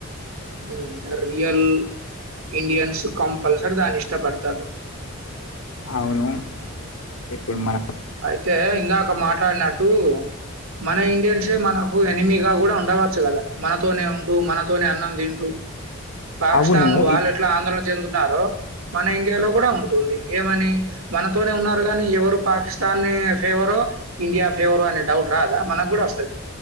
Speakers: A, on the right; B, on the left.
A: హూ ఆ రియల్ ఇండియన్స్ కంపల్సరీ దాని ఇష్టపడతారు
B: అవును ఇప్పుడు మన
A: అయితే ఇందాక మాట్లాడినట్టు మన ఇండియన్సే మనకు ఎనిమీగా కూడా ఉండవచ్చు కదా మనతోనే ఉంటూ మనతోనే అన్నం తింటూ పాకిస్తన్
B: అవును
A: వాళ్ళ
B: ఇప్-
A: ఎట్లా ఆందోళన చెందుతారో మన ఇండియాలో కూడా ఉంటుంది ఏమని మనతోనే ఉన్నారు కానీ ఎవరు పాకిస్తా నీ ఫేవరో ఇండియా ఫేవరో అనే డౌట్ రాదా మనకు కూడా వస్తుంది